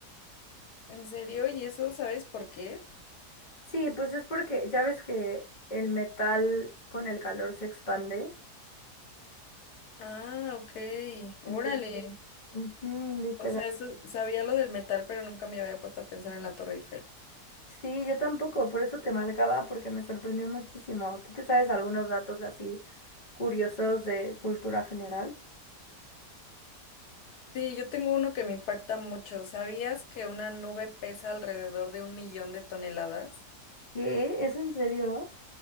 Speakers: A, on the left; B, on the left.
A: ¿En serio? ¿Y eso sabes por qué?
B: Sí, pues es porque ya ves que el metal con el calor se expande.
A: Ah, ok. Órale.
B: Entonces, ujú, literal.
A: O sea, eso, sabía lo del metal, pero nunca me había puesto a pensar en la Torre Eiffel.
B: Sí, yo tampoco, por eso te marcaba, porque me sorprendió muchísimo. ¿Tú te sabes algunos datos así curiosos de cultura general?
A: Sí, yo tengo uno que me impacta mucho. ¿Sabías que una nube pesa alrededor de un millón de toneladas?
B: ¿Qué? ¿Es en serio?